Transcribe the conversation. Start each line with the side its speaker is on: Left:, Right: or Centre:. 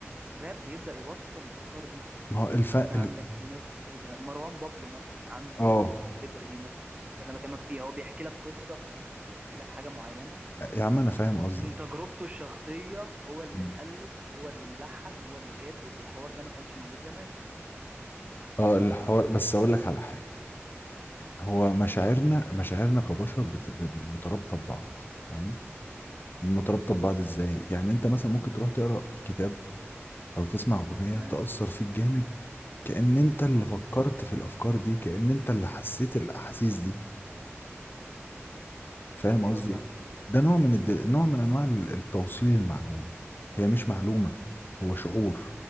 Right: الراب بيبدأ يوصل الأفكار دي
Left: ما هو
Right: يعني
Left: الف
Right: انت مثلا
Left: ال...
Right: عندك في ناس كتير بتغ... مروان بابلو مثلا عنده
Left: اه
Right: الدليفري دي مثلا الحتة اللي انا بكلمك فيها هو بيحكي لك قصة بيحكي لك حاجة معينة
Left: يا عم انا فاهم قصدك
Right: من تجربته الشخصية هو اللي
Left: مم.
Right: مؤلف هو اللي ملحن هو اللي كاتب الحوار ده ما كانش موجود زمان
Left: اه الحوار بس اقول لك على حاجة هو مشاعرنا
Right: اتفضل
Left: مشاعرنا كبشر بت... ب- مترابطة ببعض فاهم مترابطة ببعض ازاي يعني انت مثلا ممكن تروح تقرا كتاب او تسمع اغنية
Right: تمام
Left: تأثر فيك جامد كأن انت اللي
Right: اه
Left: فكرت في الافكار دي كأن انت اللي حسيت الاحاسيس دي فاهم
Right: ايوه
Left: قصدي
Right: فاهم
Left: إيه؟ ده نوع من الد... نوع من انواع ال- التوصيل المعلومه هي مش معلومه هو شعور